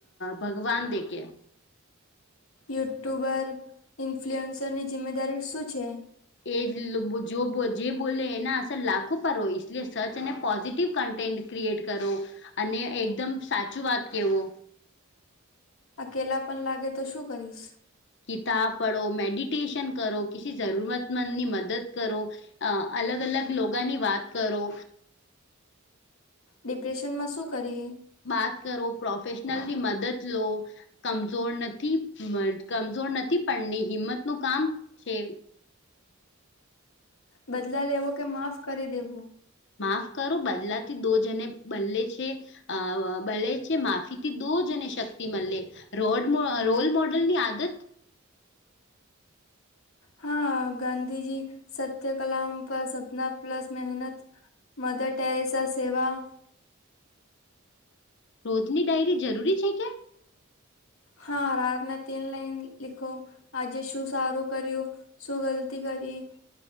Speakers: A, on the left; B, on the left.
A: ભગવાન દેખ
B: યુટ્યુબર ઇન્ફ્લુઅન્સરની જિમ્મેદારી શું છે.
A: એ જો જે બોલે એના અસર લાખો પર હોય લય સર્ચ અને પોઝિટિવ કન્ટેન્ટ ક્રિએટ કરો અને એકદમ સાચું વાત કહેવો
B: અકેલા પણ લાગે તો શું કરીશ
A: કતાબ પડો મેડિટેશન કરો કસી જરૂરતમંદની મદદ કરો. અ અલગ અલગ લોકોાની વાત કરો.
B: ડિપ્રેશનમાં શું કરીએ
A: બાત કરો પ્રોફેેશનલની મદદ લો લો કમજોર નથી કમજોર નથી પણ હિંમત નું કામ છે.
B: બદલા લેવો કે માફ કરી દેવું
A: માફ કરો બદલાથી દો જને બદલે છે. અ બલે છે. માફીથી દો જને શક્તિ મળે રોડ રોલ મોડલ ની આદત
B: હા ગાંધીજી સત્ય કલા પર સપના પ્લસ મહેનત મદર ટેરેસ સેવા
A: રોજની ડાયરી જરૂરી છે. કે
B: હા રાતના તન લાઈઇન લિખો આજે શું સારું કર્યું શું ગલતી કરી